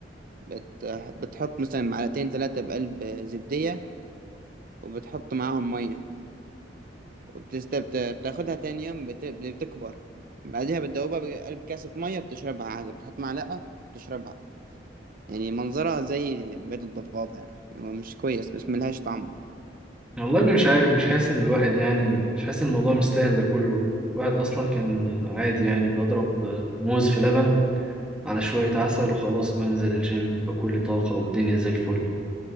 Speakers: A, on the right; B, in the centre.
A: بت... بتحط مثلا معلقتين ثلاثة بقلب زبدية وبتحط معاهم مية وبتست... بت- بتاخدها تاني يوم بت... بتكبر بعدها بتدوبها بقلب كاسة مية بتشربها عادي بتحط معلقة وبتشربها يعني منظرها زي بيض الضفادع يعني هو مش كويس بس ملهاش طعم يعني.
B: والله اني مش عارف مش حاسس ان الواحد يعني مش حاسس ان الموضوع مستاهل ده كله الواحد اصلا كان آه، عادي يعني بضرب آه، موز في لبن على شوية عسل وخلاص بنزل الجيم بكل طاقة والدنيا زي الفل